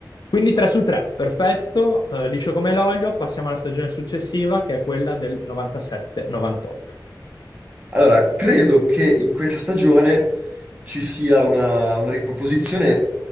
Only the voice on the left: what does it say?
Quindi 3 su 3, perfetto, eh, liscio come l'olio. Passiamo alla stagione successiva che è quella del 97-98.